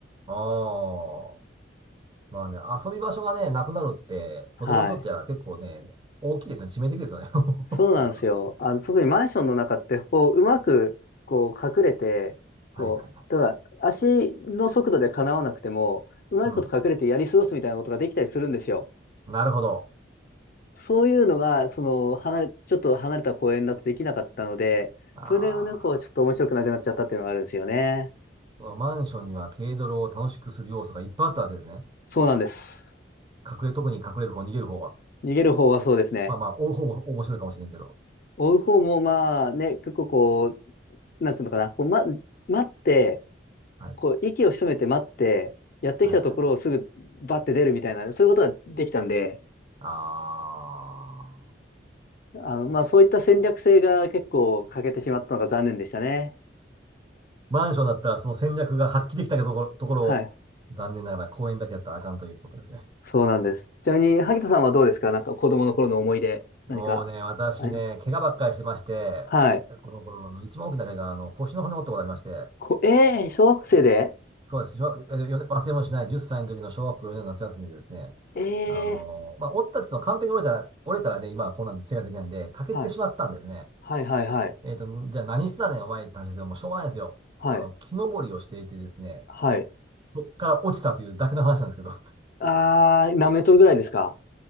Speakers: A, on the right; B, on the left.
A: ー、ああ。まあね、遊び場所がね、なくなるって、
B: はい。
A: 子供にとっては結構ね、大きいですね。致命的ですよね。<laughs>
B: そうなんですよ。あの、特にマンションの中って、こう、うまく、こう、隠れて、
A: はいはいはい。
B: こう、ただ、足の速度でかなわなくても、うまいこと隠れてやり過ごすみたいなことができたりするんですよ。
A: うん。なるほど。
B: そういうのが、その、離れ、ちょっと離れた公園だとできなかったので、
A: ああ。
B: それでね、こう、ちょっと面白くなくなっちゃったっていうのがあるんですよね。
A: このマンションには軽泥を楽しくする要素がいっぱいあったわけですね。
B: そうなんです。
A: 隠れ、特に隠れる方、逃げる方は。
B: 逃げる方はそうですね。
A: まあまあ、追う方も面白いかもしれんけど。
B: 追う方も、まあね、結構こう、なんていうのかな、こう、ま、待って、
A: はい。
B: こう、息を潜めて待って、やってきたところをすぐバッて出るみたいな、
A: はいはい。
B: そういうことができたんで、
A: あー。
B: あの、まあ、そういった戦略性が結構欠けてしまったのが残念でしたね。
A: マンションだったらその戦略が発揮できたところ、ところを、
B: はい。
A: 残念ながら公園だけやったらあかんということですね。
B: そうなんです。ちなみに、萩田さんはどうですかなんか子供の頃の思い出、
A: もうね、
B: 何かあります
A: 私ね、怪我ばっかりしてまして、
B: はい。
A: この頃の一番大きな怪我は、あの、腰の骨折ったことがありまして、
B: こ、えー、小学生で
A: そうです。小学よね忘れもしない10歳の時の小学校4年の夏休みでですね、
B: えー、
A: あの、まあ、折ったっていうのは完璧に折れたら、折れたらね、今はこんなんで生活できないんで、欠けてしまったんですね。
B: はい。はいはいはい。
A: えっと、じゃあ何してたねん、お前って話だけど、もうしょうがないんですよ。
B: はい。
A: あの、木登りをしていてですね、
B: はい。
A: そっから落ちたというだけの話なんですけど。<laughs>
B: あー、何メートルぐらいですか